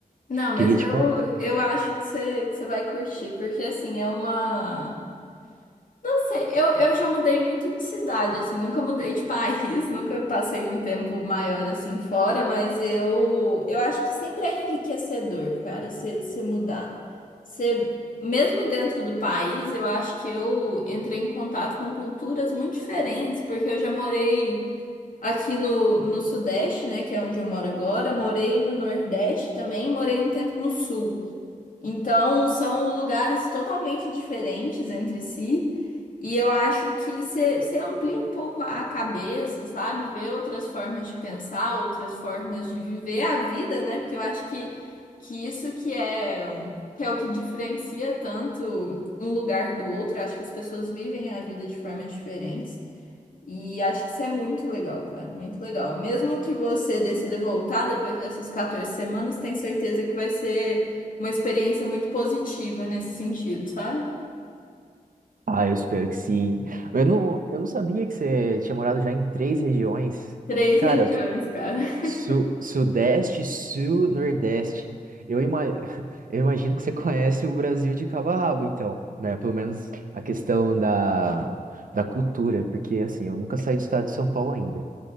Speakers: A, on the left; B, on the right.
A: Não, mas
B: Queria
A: eu,
B: te contar.
A: eu acho que você, que você vai curtir, porque assim, é uma. Não sei, eu, eu já mudei muito de cidade, assim, nunca mudei de país, <laughs> nunca passei um tempo maior assim fora, mas eu, eu acho que sempre é enriquecedor, cara, você mudar. Você, mesmo dentro do país, eu acho que eu entrei em contato com culturas muito diferentes, porque eu já morei aqui no, no Sudeste, né, que é onde eu moro agora, morei no Nordeste também, morei um tempo no Sul. Então, são lugares totalmente diferentes entre si, e eu acho que você amplia um pouco a a cabeça, sabe? Ver outras formas de pensar, outras formas de viver a vida, né? Porque eu acho que, que isso que é, que é o que diferencia tanto um lugar do outro. Eu acho que as pessoas vivem a vida de formas diferentes. E acho que isso é muito legal, cara, muito legal. Mesmo que você decida voltar depois dessas 14 semanas, tem certeza que vai ser uma experiência muito positiva nesse sentido, sabe?
B: Ah, eu espero que sim. Eu não, eu não sabia que você tinha morado já em três regiões.
A: Três
B: Cara,
A: regiões, cara. <laughs>
B: Su- Sudeste, Sul, Nordeste. Eu, ima- <laughs> eu imagino que você conhece o Brasil de cabo a rabo, então, né? Pelo menos a questão da, da cultura, porque assim, eu nunca saí do estado de São Paulo ainda.